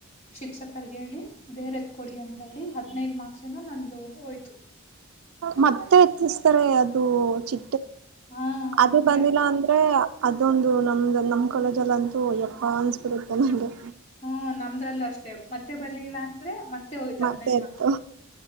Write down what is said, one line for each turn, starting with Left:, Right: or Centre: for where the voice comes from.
Left: ಶಿಕ್ಷಕರ್ಗ ಹೇಳಿ ಬೇರೆತ್ ಕೊಡಿ ಅಂತ ಹೇಳಿ ಹದ್ನೈದ ಮಾರ್ಕ್ಸ ಏನ ನಂದು ಹೋಯ್ತು.
Right: ಮತ್ತೆ ಎತ್ತಿಸತಾರೆ ಅದು ಚಿ.
Left: ಹಾ
Right: ಅದು
Left: ಮತ್ತೆ
Right: ಬಂದಿಲ್ಲ ಅಂದ್ರೆ ಅ. ಇದೊಂದು ನಮ್ದ ನಮ್ ಕಾಲೇಜಲ್ಲಿ ಅಂತೂ ಎಪ್ಪ ಅನ್ಸ್ಬಿಡುತ್ತೆ ನಂಗೆ.
Left: ಹ್ಮ ನಮ್ದ್ರಲ್ಲೂ ಅಷ್ಟೇ ಮತ್ತೆ ಬರ್ಲಿಲ್ಲ ಅಂದ್ರೆ ಮತ್ತ. ಹೋಯ್ತ
Right: ಮತ್ತೆ
Left: ಅದ್ನೈದು
Right: ಇತ್ತು
Left: ಮಕ್ಸ